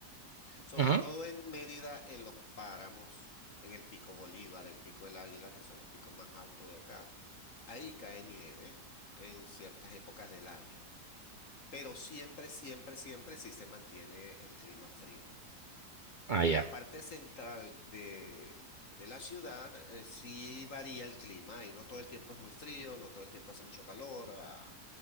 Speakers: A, on the left (about 55°); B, on the right (about 85°).
A: Sobre
B: Ujú.
A: todo en Mérida, en los páramos, en el Pico Bolívar, el Pico del Águila, que son los picos más altos de acá. Ahí cae nieve en ciertas épocas del año. Pero siempre, siempre, siempre sí se mantiene el clima frío.
B: Ah,
A: En
B: ya.
A: la parte central de, de la ciudad, eh, sí varía el clima y no todo el tiempo es muy frío, no todo el tiempo hace mucho calor, ah,